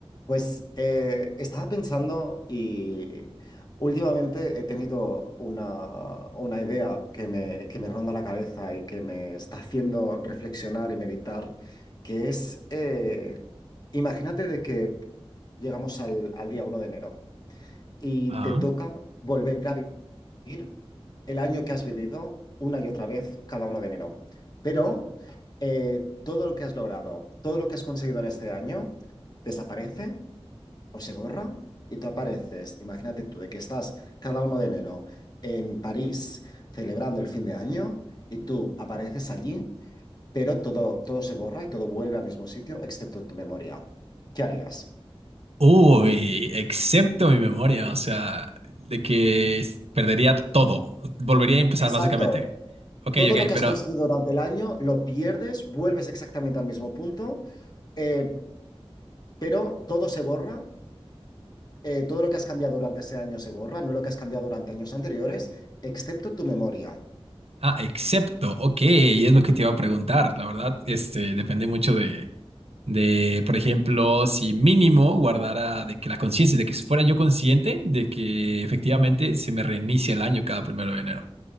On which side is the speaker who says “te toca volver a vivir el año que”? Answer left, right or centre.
Left